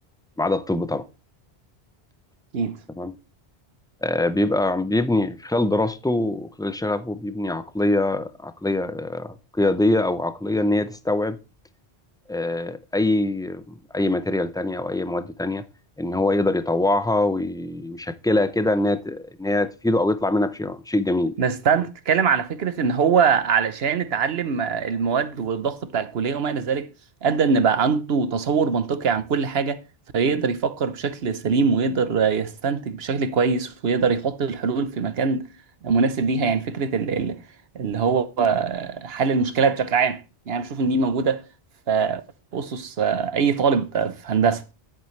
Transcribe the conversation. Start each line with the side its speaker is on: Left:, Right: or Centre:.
Centre: ما عدا الطب طبعا
Right: اكيد
Centre: تمام آه، بيبقى بيبني خلال دراسته وخلال شغفه بيبني عقلية عقلية قيادية أو عقلية إن هي تستوعب آه، أي أي ماتيريال تانية أو أي مواد تانية إن هو يقدر يطوعها وي- ويشكلها كده إن هي ت- إن هي تفيده أو يطلع منها بشيء شيء جميل يعني.
Right: بس ده
Centre: تمام
Right: انت بتتكلم على فكره ان هو علشان اتعلم آه، المواد والضغط بتاع الكليه وما الى ذلك ادى ان بقى عنده تصور منطقي عن كل حاجه فيقدر يفكر بشكل سليم ويقدر آه، يستنتج بشكل كويس ويقدر يحط الحلول في مكان مناسب ليها يعني فكره ال- ال- اللي هو آه، حل المشكله بشكل عام يعني بشوف ان دي موجوده في اسس آه، اي طالب آه، في هندسه